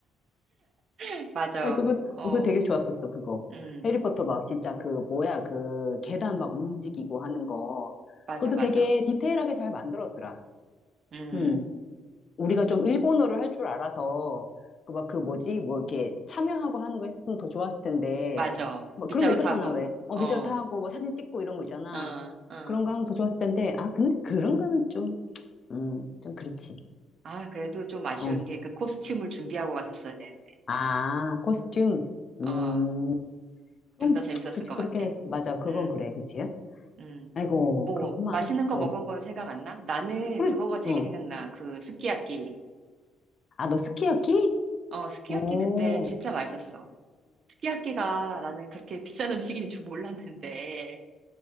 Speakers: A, on the right (about 60°); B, on the left (about 45°).
A: <laughs> 맞아,
B: <laughs> 그거
A: 어,
B: 어, 그거 되게 좋았었어 그거.
A: 음,
B: 해리포터 막 진짜 그 뭐야 그 계단 막 움직이고 하는 거.
A: 맞아,
B: 그것도
A: 맞아.
B: 되게 디테일하게 잘 만들었더라.
A: 음,
B: 응. 우리가 좀 일본어를 할 줄 알아서 그 막 그 뭐지 뭐 이렇게 참여하고 하는 거 했었으면 더 좋았을 텐데
A: 맞아.
B: 막
A: 빗자루
B: 그런 거 있었잖아
A: 타고,
B: 왜 어
A: 어,
B: 비주얼
A: 어,
B: 타고 뭐 사진 찍고 이런 거 있잖아
A: 어.
B: 그런 거 하면 더 좋았을 텐데 아 근데 그런 거는 좀 음 좀 그렇지
A: 아, 그래도 좀 아쉬운
B: 어
A: 게 그 코스튬을 준비하고 갔었어야 되는데.
B: 아
A: 아,
B: 코스튬
A: 어,
B: 음 그건
A: 좀 더
B: 뭐-
A: 재밌었을
B: 그치
A: 것
B: 그렇긴
A: 같아.
B: 해 맞아 그건
A: 음,
B: 그래 그치
A: 음.
B: 아이고
A: 뭐,
B: 그렇구만
A: 맛있는 거
B: 어
A: 먹은 거 생각 안 나? 나는
B: 그래
A: 그거가 되게
B: 어뭐
A: 생각나. 그 스키야키.
B: 아 너 스키야키
A: 어, 스키야키
B: 어어어
A: 그때 진짜 맛있었어. 스키야키가 나는 그렇게 비싼 음식인 줄 몰랐는데